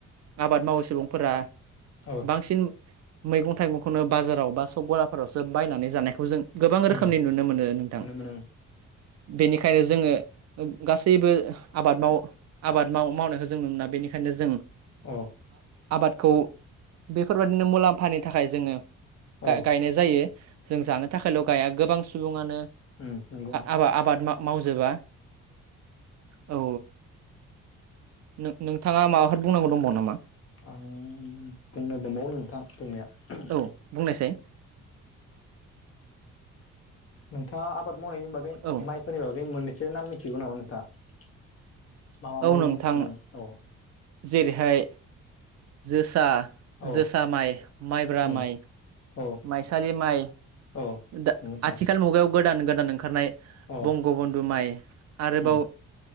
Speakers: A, on the right; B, on the left.
A: आबाद मावो सुबुंफोरा,
B: औ
A: बांसिन मैगं थाइगंखौनो बाजाराव बा सक गलाफोरावसो बायनानै जानायखौ जों गोबां
B: उम
A: रोखोमनि नुनो मोनो नोंथां।
B: नुनो मोनो
A: बेनिखायनो जोङो गासैबो आबाद माव आबाद मावनायखौ जों नुनो मोना बेनिखायनो जों
B: औ
A: आबादखौ बेफोरबादिनो मुलाम्फानि थाखाय जोङो
B: औ
A: गायनाय जायो जों जानो थाखायल' गाया गोबां सुबुङानो
B: उ नोंगौ नोंथा
A: आबाद आबाद मावजोबा औ नों नोंथाङा माबाफोर बुंनांगौ दंबावो नामा?
B: आं बुंनो दंबावो नोंथां बुंनाया हहम
A: औ बुंनायसाय
B: नोंथाङा आबाद मावनायनि बागै
A: औ
B: माइफोरनि बागै मोननैसो नाम मिथिगौ नामा नोंथाङा? मामा
A: औ
B: माइनि
A: नोंथां
B: नाम औ
A: जेरैहाय जोसा,
B: औ
A: जोसा माइ, माइब्रा
B: उम
A: माइ,
B: औ
A: माइसालि माइ,
B: औ
A: दा
B: नंगौ नोंथां
A: आथिखाल मुगायाव गोदान गोदान ओंखारनाय
B: औ
A: बंगबन्धु माइ, आरोबाव
B: उम